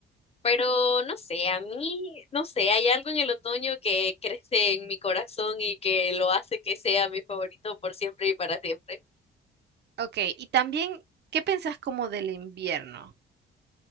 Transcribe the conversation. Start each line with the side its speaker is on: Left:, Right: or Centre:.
Left: pero no sé, a mí, no sé, hay algo en el otoño que crece en mi corazón y que lo hace que sea mi favorito por siempre y para siempre.
Right: Ok, y también, ¿qué pensás como del invierno?